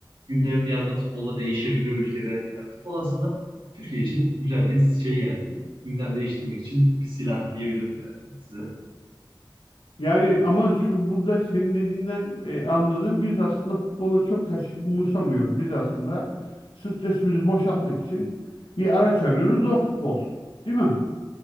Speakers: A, on the right (about 85°); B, on the left (about 80°).
A: gündem bir anda futbolla değişebiliyor ülkede. Yani futbol aslında Türkiye için güzel bir şey yani. Gündem değiştirmek için bir silah diyebilirim yani size.
B: Yani ama şu burada senin dediğinden e, anladığım biz aslında futbolu çok kaç- umursamıyoruz. Biz aslında stresimizi boşaltmak için bir araç arıyoruz o futbol. Değil mi?